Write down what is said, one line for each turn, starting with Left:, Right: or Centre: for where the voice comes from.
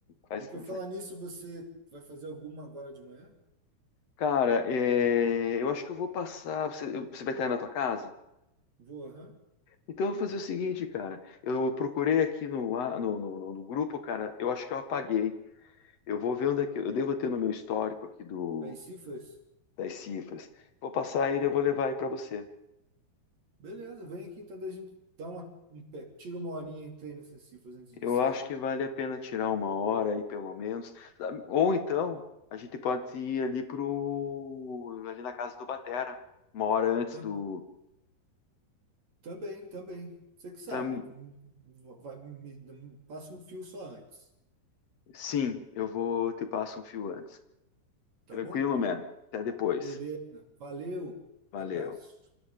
Left: Faz,
Right: E por
Left: faz.
Right: falar nisso, você vai fazer alguma agora de manhã?
Left: Cara, é, eu acho que eu vou passar. Você, eu- você vai estar aí na tua casa?
Right: Vou, aham.
Left: Então, eu vou fazer o seguinte, cara. Eu procurei aqui no, a- no, no, no grupo, cara. Eu acho que eu apaguei. Eu vou ver onde é que eu devo ter no meu histórico aqui do,
Right: Aí, cifras?
Left: das cifras. Vou passar aí e eu vou levar aí para você.
Right: Beleza, vem aqui então, daí a gente dá uma, um pé, tira uma horinha e treina essas cifras antes de
Left: Eu
Right: ensaiar.
Left: acho que vale a pena tirar uma hora aí, pelo menos. sabe? Ou então, a gente pode ir ali pro, ali na casa do Batera, uma hora antes
Right: Tam-
Left: do.
Right: também, também. Você que sabe,
Left: Tam-
Right: hum, vai, me, me- passa um fio só antes,
Left: Sim, eu vou te passo um fio antes.
Right: tá
Left: Tranquilo,
Right: bom?
Left: man. Até depois.
Right: Beleza, valeu,
Left: Valeu.
Right: abraço.